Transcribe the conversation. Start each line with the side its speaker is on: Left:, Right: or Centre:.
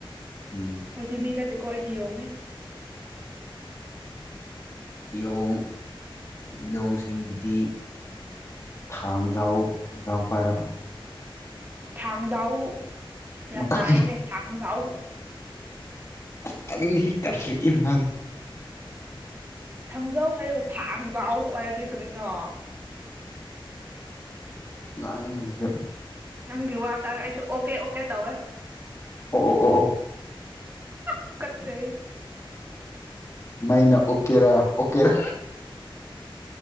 Left: ꯎꯝ
Right: ꯑꯗꯨꯗꯤ ꯃꯤ ꯅꯠꯇꯦꯀꯣ ꯑꯩꯗꯤ ꯌꯣꯡ ꯅꯦ
Left: ꯣꯡꯣꯡ ꯌꯦꯣꯡꯁꯤꯡꯗꯤ ꯊꯥꯡꯖꯥꯎ ꯊꯥꯡꯖꯥꯎ ꯄꯥꯏꯔꯕ
Right: ꯊꯥꯡꯗꯥꯎ ꯌꯥꯝ
Left: ꯃꯀꯛ
Right: ꯅꯥꯏꯍꯦ ꯊꯥꯡꯖꯎ
Left: ꯇꯟꯅ ꯀꯠ ꯅꯅꯦ
Right: ꯊꯥꯡꯖꯧ ꯍꯥꯏꯌꯣ ꯊꯥꯡꯖ ꯋꯥꯎ ꯋꯥꯏꯗꯤꯦ ꯀꯗꯅꯣ
Left: ꯅꯪꯁꯨ
Right: ꯅꯪꯒꯤ ꯋꯥ ꯇꯥꯔꯦ ꯑꯩꯁꯨ ꯑꯣꯀꯦ ꯑꯣꯀꯦ ꯇꯧꯋꯦ
Left: ꯎ ꯑꯣ ꯑꯣ ꯑꯣ ꯑꯣ
Right: ꯇꯨꯀꯠꯆꯩ
Left: ꯃꯥꯏꯅ ꯑꯣ ꯀꯦꯔꯥ ꯑꯣꯀꯦꯔ